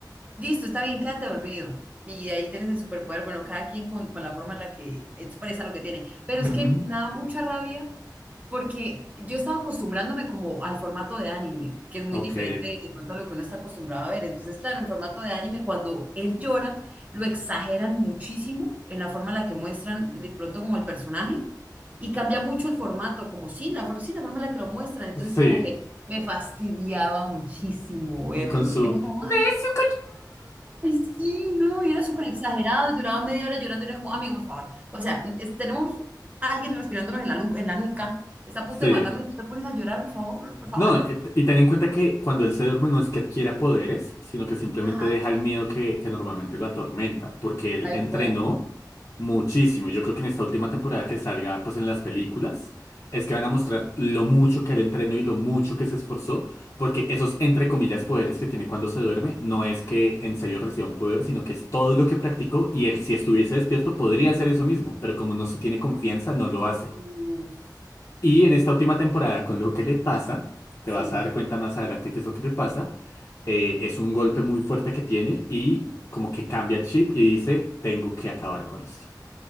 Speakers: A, on the right; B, on the left.
A: Listo, está bien, quédate dormido. Y ahí tienes el superpoder, bueno, cada quien con, con la forma en la que expresa lo que tiene. Pero
B: Ujú,
A: es que me da mucha rabia porque yo estaba acostumbrándome como al formato de anime, que es muy
B: Ok.
A: diferente de pronto a lo que uno está acostumbrado a ver. Entonces, claro, en formato de anime, cuando él llora, lo exageran muchísimo en la forma en la que muestran de pronto como el personaje y cambia mucho el formato, como sí, la, for- sí, la forma en la que lo muestran. Entonces,
B: Sí,
A: como que me fastidiaba muchísimo verlo.
B: con su...
A: Era como,
B: ¡Es un
A: Ay, sí, no, y era súper exagerado, y duraba media hora llorando, y era como, amigo, por favor. O sea, es- tenemos a alguien respirándonos en la, lu- en la nuca, está a punto
B: Sí.
A: de matarnos, y tú te pones a llorar, por favor, por favor.
B: No, eh, t- y ten en cuenta que cuando él se duerme no es que adquiera poderes, sino que simplemente
A: Ajá,
B: deja el miedo que, que normalmente lo atormenta, porque él
A: tal
B: entrenó
A: cual.
B: muchísimo. Yo creo que en esta última temporada que salga, pues en las películas, es que van a mostrar lo mucho que él entrenó y lo mucho que se esforzó, porque esos, entre comillas, poderes que tiene cuando se duerme, no es que en serio reciba un poder, sino que es todo lo que practicó y él, si estuviese despierto, podría hacer eso mismo, pero como no se tiene confianza, no lo hace.
A: Uf,
B: Y en esta última temporada, con lo que le pasa, te
A: sí.
B: vas a dar cuenta más adelante qué es lo que le pasa, eh, es un golpe muy fuerte que tiene y como que cambia el chip y dice, tengo que acabar con esto.